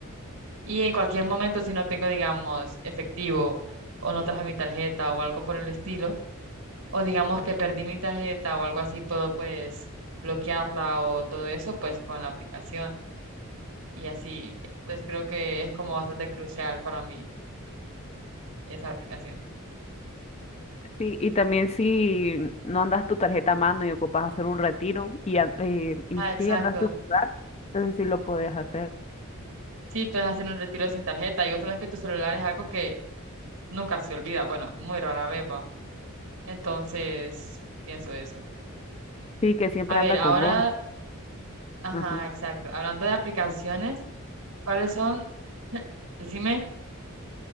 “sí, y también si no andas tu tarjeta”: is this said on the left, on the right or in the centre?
Left